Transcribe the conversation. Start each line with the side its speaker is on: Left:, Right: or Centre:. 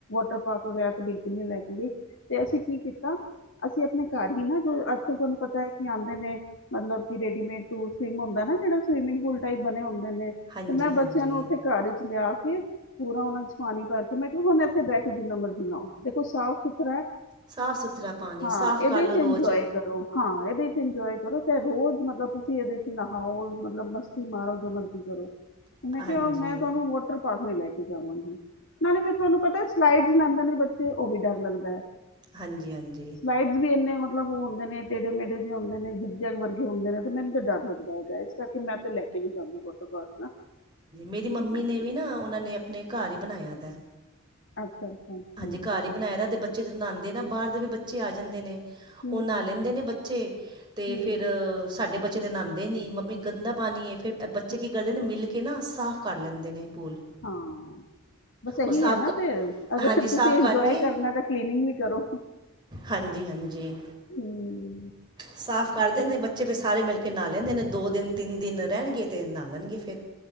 Left: ਟਰਾਰਕ ਵਗੈਰਾ ਬਿਲਕੁਲ ਨੀ ਲੈ ਕੇ ਗਈ। ਤੇ ਅਸੀਂ ਕੀ ਕੀਤਾ। ਅਸੀਂ ਆਪਣੇ ਘਰ ਹੀ ਨਾ ਜੋ ਅੱਜਕਲ ਪਤਾ ਹੈ ਕਿ ਆਉਂਦੇ ਨੇ, ਮਤਲਬ ਕਿ ਰੇਡੀਮੇਡ ਸਟੂ ਸਮ ਹੁੰਦਾ ਨਾ ਜਿਹੜਾ ਸਵਿਮਿੰਗ ਪੂਲ ਟਇਪ ਬਣੇ ਹੁੰਦਾ। ਨੇ ਤੇ
Right: ਹਾਂਜੀ
Left: ਮੈਂ ਬੱਚਿਆਂ
Right: ਹਾਂਜੀ
Left: ਨੂੰ ਉੱਥੇ ਘਰ ਚ ਲਿਆ। ਪੂਰਾ ਉਹਨਾ ਚ ਪਾਣੀ ਪਾਕੇ ਮੈਂ ਕਿਹਾ, ਹੁਣ ਇੱਥੇ ਬਹਿ ਕੇ ਜਿੰਨਾ ਮਰਜੀ ਨਾਓ। ਦੇਖੋ, ਸਾਫ਼- ਸੁਥਰਾ
Right: ਸਾਫ਼ ਸੁਥਰਾ ਪਾਣੀ
Left: ਹਾਂ।
Right: ਸਾਫ਼
Left: ਇਹਦੇ
Right: ਕਰ ਲਓ
Left: ਚ
Right: ਰੋਜ਼
Left: ਇੰਜੋਏ ਕਰੋ। ਹਾਂ। ਇਹਦੇ ਚ ਇੰਜੋਏ। ਕਰੋ ਚ ਰੋਜ਼ ਮਤਲਬ ਤੁਸੀਂ ਇਹਦੇ ਚ ਨਹਾਓ ਮਤਲਬ ਮਸਤੀ ਮਾਰੋ, ਜੋ ਮਰਜ਼ੀ ਕਰੋ।
Right: ਹਾਂਜੀ
Left: ਮੈ ਕਿਹਾ, ਮੈਂ ਤੁਹਾਨੂੰ ਵਾਟਰ ਪਾਰਕ ਲਈ ਲੈ ਕੇ ਜਾਵਾਂਗੀ। ਨਾਲੇ ਫਿਰ ਤੁਹਾਨੂੰ ਪਤਾ ਸਲਾਈਡ ਲੈਂਦੇ ਨੇ ਬੱਚੇ ਉਹ ਵੀ ਡਰ ਲੱਗਦਾ ਹੈ।
Right: ਹਾਂਜੀ ਹਾਂਜੀ
Left: ਸਲਾਈਡ ਵੀ ਇੰਨੇ ਮਤਲਬ ਉਹ ਹੁੰਦੇ ਨੇ ਟੇੜੇ ਮੇੜੇਿ ਹੁੰਦੇ ਨੇ ਜਿੱਗ- ਜਗ ਵਰਗੇ ਹੁੰਦੇ ਨੇ, ਤੇ ਮੈਨੂੰ ਤਾਂ ਡਰ ਲੱਗਦਾ ਹੈਗਾ। ਇਸ ਕਰਕੇ ਮੈਂ ਤਾਂ ਲੈ ਕੇ ਵੇ ਜਾਂਦੀ ਵਾਟਰ ਪਾਰਕ ਨਾ।
Right: ਮੇਰੀ ਮੰਮੀ
Left: ਹਮ,
Right: ਨੇ ਵੀ ਨਾ ਉਹਨਾਂ ਨੇ ਆਪਣੇ ਘਰ ਹੀ ਬਣਾਇਆ ਦਾ।
Left: ਅੱਛਾ ਅੱਛਾ ਅੱਛਾ
Right: ਹਾਂਜੀ।
Left: ਹੂੰ
Right: ਘਰ ਹੀ ਬਣਾਏ ਦਾ ਤੇ ਬੱਚੇ ਜਦੋਂ ਨ ਨਾਉਂਦੇ ਨਾ ਬਾਹਰ ਦੇ ਵੀ ਬੱਚੇ ਆ ਜਾਂਦੇ ਨੇ।
Left: ਹੂੰ
Right: ਉਹ ਨਹਾ ਲੈਂਦੇ ਨੇ ਬੱਚੇ। ਤੇ
Left: ਹੂੰ
Right: ਫੇਰ ਸਾਡੇ ਬ ਬੱਚੇ ਦੇ ਨਹਾਉਂਦੇ ਨਹੀਂ। ਮੰਮੀ ਗੰਦਾ ਪਾਣੀ ਹੈ। ਫਿਰ ਬੱਚੇ
Left: ਹੂੰ,
Right: ਕੀ ਕਰਦੇ ਨੇ ਮਿਲ ਕੇ ਨਾ ਸਾਫ਼ ਕਰ ਲੈਂਦੇ ਨੇ। ਪੂਲ
Left: ਹਾਂ, ਬਸ ਇਹੀ
Right: ਉਹ ਸਾਫ਼
Left: ਆ ਨਾ
Right: ਕ
Left: ਫੇਰ ਅਗਰ
Right: ਹਾਂਜੀ ਸਾਫ਼
Left: ਤੁਸੀਂ ਇੰਜੋਏ
Right: ਕਰਕੇ
Left: ਕਰਨਾ ਤਾਂ ਕਲੀਨਿੰਗ ਵੀ ਕਰੋ।
Right: ਹਾਂਜੀ ਹਾਂਜੀ
Left: ਹਮ।
Right: ਸਾਫ਼ ਕਰ
Left: ਹਾਂਜੀ
Right: ਦਿੰ ਨੇ ਬੱਚੇ ਫਿਰ ਸਾਰੇ ਮਿਲ ਕੇ ਨਾ ਲੈਂਦੇ ਨੇ, ਦੋ ਦਿਨ, ਤਿੰਨ ਦਿਨ ਰਹਿਣਗੇ। ਅਤੇ ਨਾਲ ਲੈਣਗੇ। ਫਿਰ